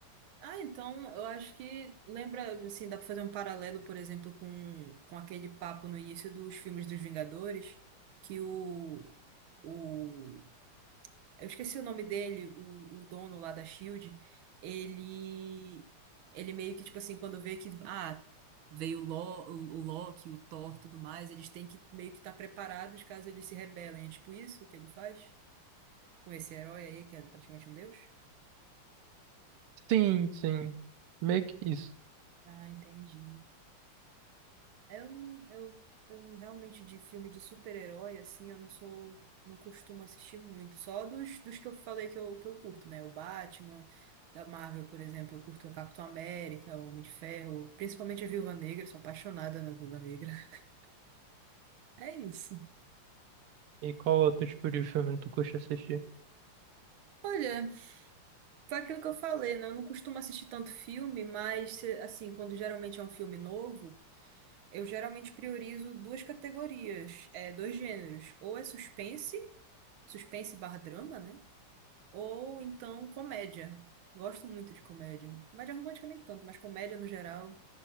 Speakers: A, on the right; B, on the right.
A: Ah, então eu acho que lembra, assim, dá pra fazer um paralelo, por exemplo, com, com aquele papo no início dos filmes dos Vingadores, que o, o eu esqueci o nome dele, o, o dono lá da Shield, ele ele meio que tipo assim, quando vê que ah, veio o, Lo, o, o Loki, o Thor, tudo mais, eles têm que meio que estar preparados caso eles se rebelem. É tipo isso que ele faz com esse herói aí que é praticamente um deus?
B: Sim, sim. Meio que isso.
A: Ah, entendi. É, Eu não, eu, eu realmente de filme de super-herói, assim, eu não sou, não costumo assistir muito. Só dos, dos que eu falei que eu, que eu curto, né? O Batman, da Marvel, por exemplo, eu curto o Capitão América, o Homem de Ferro, principalmente a Viúva Negra, sou apaixonada na Viúva Negra. <laughs> É isso.
B: E qual outro tipo de filme tu curte assistir?
A: Olha, foi aquilo que eu falei, né? Eu não costumo assistir tanto filme, mas, assim, quando geralmente é um filme novo, eu geralmente priorizo duas categorias, é, dois gêneros. Ou é suspense, suspense barra drama, né? Ou então comédia. Gosto muito de comédia. Comédia romântica nem tanto, mas comédia no geral.